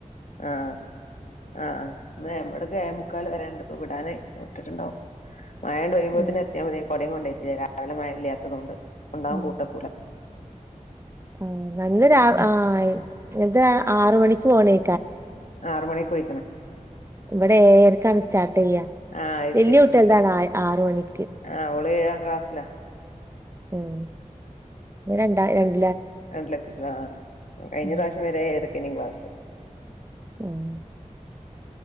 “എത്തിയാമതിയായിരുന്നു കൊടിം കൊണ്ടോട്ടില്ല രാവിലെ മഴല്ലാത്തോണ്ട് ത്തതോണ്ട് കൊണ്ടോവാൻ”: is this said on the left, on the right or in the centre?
Left